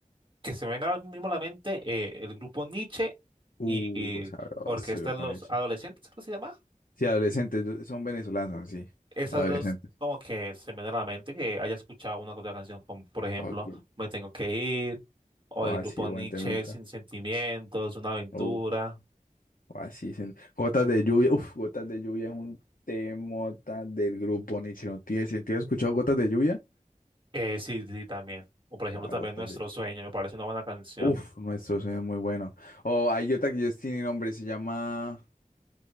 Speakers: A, on the right; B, on the left.
A: que se me venga ahora mismo a la mente eh, el grupo Nietzsche
B: Uh,
A: y, y
B: sabroso,
A: Orquesta
B: qué buen
A: de los
B: hecho.
A: Adolescentes, ¿cómo se llama?
B: Sí, adolescentes, yo- son venezolanos, sí,
A: Esas
B: adolescentes.
A: dos como que se me vienen a la mente que haya escuchado una o otra canción, como por ejemplo
B: Ok.
A: Me Tengo que Ir, o
B: O
A: el
B: así,
A: grupo
B: buen
A: Nietzsche
B: temita.
A: Sin Sentimientos, Una Aventura,
B: Uh, o así, sin- gotas de lluvia. Uf, gotas de lluvia es un temota del grupo Nietzsche. ¿No tiene sentido? ¿Has escuchado gotas de lluvia?
A: eh, sí, sí, también. O por ejemplo
B: O
A: también
B: a gotas
A: Nuestro
B: de.
A: Sueño, me parece una buena canción.
B: Uf, nuestro sueño es muy bueno. O hay otra que ellos tienen nombre, se llama.